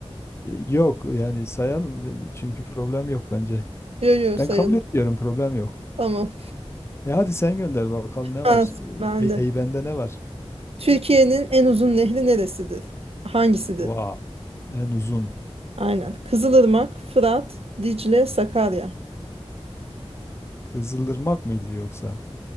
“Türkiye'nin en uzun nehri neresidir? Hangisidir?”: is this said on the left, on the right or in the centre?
Right